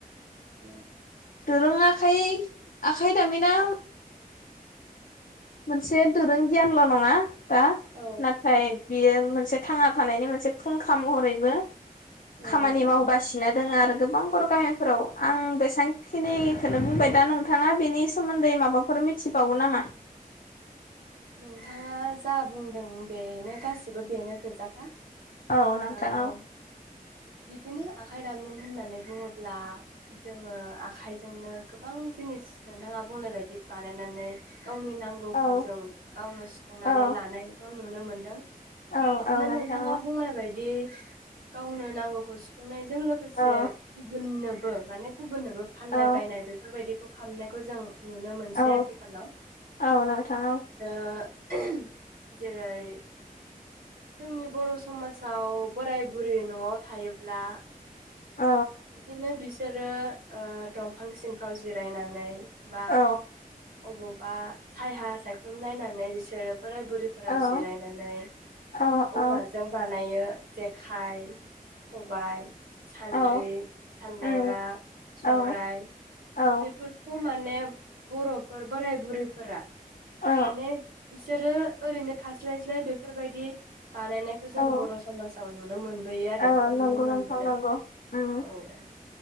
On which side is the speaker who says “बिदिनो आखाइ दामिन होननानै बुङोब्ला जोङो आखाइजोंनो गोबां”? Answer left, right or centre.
Right